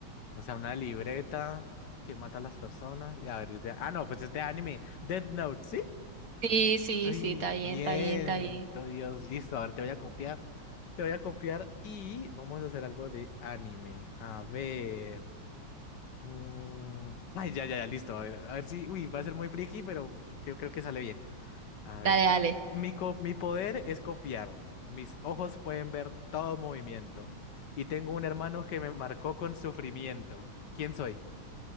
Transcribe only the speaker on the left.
O sea, una libreta que mata a las personas. Y a ver, es de... Ah, no, pues es de anime. Death Note, ¿sí?
Ay,
bien,
bendito Dios. Listo, a ver, te voy a copiar. Te voy a copiar y vamos a hacer algo de anime. A ver. mm, Ay, ya, ya, ya, listo. A ver, a ver si. Uy, va a ser muy friki, pero yo creo que sale bien. A ver.
mm,
Mi, co- mi poder es copiar. Mis ojos pueden ver todo movimiento. Y tengo un hermano que me marcó con sufrimiento. ¿Quién soy?